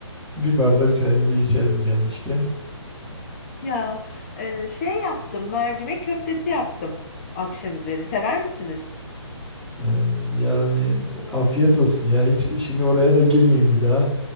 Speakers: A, in the centre; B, on the left (about 30°).
A: bir bardak çayınızı içelim gelmişken.
B: Ya eee, şey yaptım mercimek köftesi yaptım akşam üzeri. Sever misiniz?
A: Ee, Yani afiyet olsun ya hiç şimdi oraya da girmeyeyim bir daha.